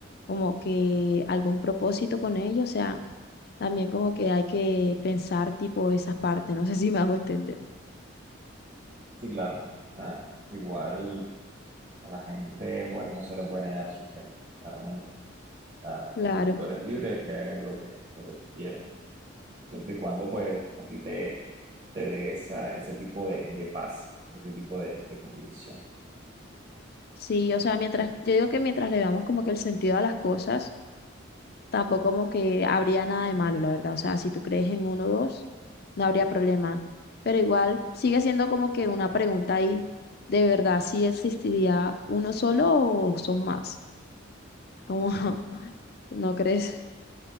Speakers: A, on the left (about 50°); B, on the right (about 35°).
A: como que algún propósito con ello, o sea, también como que hay que pensar tipo esas partes, no sé <laughs> si me hago entender.
B: Sí, claro. O sea, igual a la gente pues no se le puede negar su fe, claramente. O sea,
A: Claro,
B: tú, tú eres libre de creer en lo que, lo que tú quieras. siempre y cuando pues a ti te, te dé esa, ese tipo de, de paz, ese tipo de, de convicción.
A: sí, o sea, mientras, yo digo que mientras le veamos como que el sentido a las cosas. Tampoco como que habría nada de malo, la verdad. O sea, si tú crees en uno o dos, no habría problema. Pero igual sigue siendo como que una pregunta ahí, ¿de verdad si existiría uno solo o son más? Como, <laughs> ¿no crees?